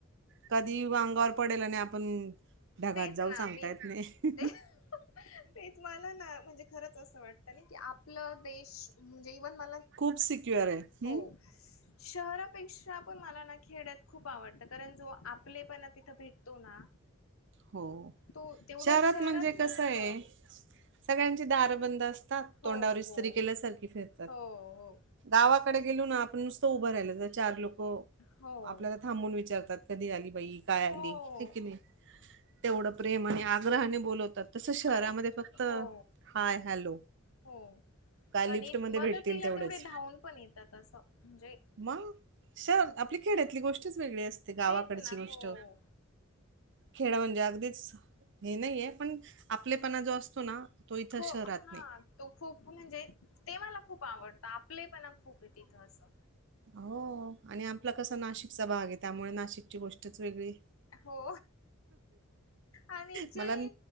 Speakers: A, on the right; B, on the left.
A: कधी अंगावर पडेल आणि आपण ढगात
B: तेच
A: जाऊ
B: ना
A: सांगता
B: मी
A: येत नाही
B: ते तेच मला ना म्हणजे खरंच असं वाटतं ना की आपलं देश म्हणजे इव्हन मला
A: खूप सिक्युअर आहे
B: हो
A: ह्
B: शहरापेक्षा पण मला ना खेड्यात खूप आवडतं कारण जो आपलेपणा तिथं भेटतो ना
A: हो
B: तो तेवढं
A: शहरात म्हणजे कसंय
B: नसत
A: सगळ्यांची दारं बंद असतात
B: हो
A: तोंडावर इस्त्री
B: हो
A: केल्यासारखी फिरतात
B: हो हो
A: गावाकडे गेलो ना आपण नुसतं उभं राहिलं तर चार लोकं
B: हो
A: आपल्याला थांबून विचारतात कधी आली बाई काय
B: हो
A: आली हाय की नाही तेवढं प्रेम आणि आग्रहाने बोलवतात तसं शहरामध्ये
B: आणि
A: फक्त
B: हो
A: हाय हॅलो
B: हो
A: काय
B: आणि
A: लिफ्टमध्ये
B: मदतीला
A: भेटतील तेवढेच.
B: तेवढे धावून पण येतात असं म्हणजे
A: मंग शर आपली खेड्यातली गोष्टच वेगळी असते गावाकडची
B: तेच ना
A: गोष्ट
B: हो
A: खेडं म्हणजे अगदीच हे नाहीये पण आपलेपणा जो असतो ना तो इथं
B: हो
A: शहरात
B: हां
A: नाही
B: तो खूप म्हणजे ते मला खूप आवडतं आपलेपणा खूप आहे तिथं असं
A: हो आणि आपला कसा नाशिकचा भाग आहे त्यामुळे नाशिकची गोष्टच वेगळी
B: हो आणि जे
A: मला